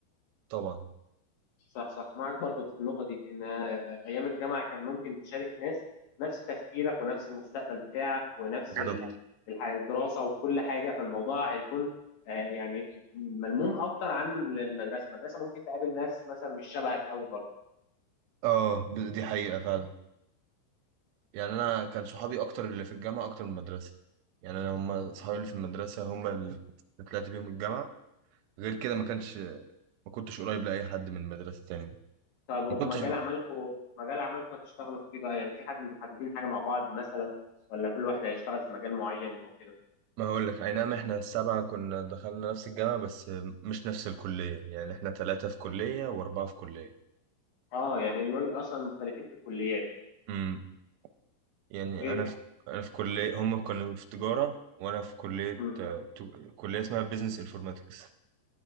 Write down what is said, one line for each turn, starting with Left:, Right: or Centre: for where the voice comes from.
Right: طبعا
Left: صح صح معاك برضو في النقطة دي ان آه، ايام الجامعة كان ممكن تشارك ناس نفس تفكيرك ونفس المستقبل بتاعك ونفس
Right: بالظبط
Left: ال... الح- الدراسة وكل حاجة فالموضوع هيكون آه، يعني ملموم اكتر عن المدرسة المدرسة ممكن تقابل ناس مثلا مش شبهك قوي برضو
Right: اه ب- دي حقيقة فعلا يعني أنا كان صحابي أكتر اللي في الجامعة أكتر من المدرسة يعني أنا هما صحابي اللي في المدرسة هما اللي طلعت بيهم الجامعة غير كده ما كانش ما كنتش قريب لأي حد من المدرسة تاني
Left: طب ومجال
Right: ما كنتش
Left: عملكم مجال عملكم هتشتغلوا في ايه بقى يعني في حد انتوا محددين حاجه مع بعض مثلا ولا كل واحد هيشتغل في مجال معين او كده
Right: ما هقول لك اي نعم احنا السبعة كنا دخلنا نفس الجامعة بس مش نفس الكلية يعني احنا ثلاثة في كلية واربعة في كلية
Left: اه يعني الوجه اصلا مختلفين في الكليات
Right: امم يعني
Left: ايه
Right: انا في انا في كلية هم كانوا في تجارة وانا في كلية
Left: مم.
Right: آه، تو- كلية اسمها بيزنس انفورماتكس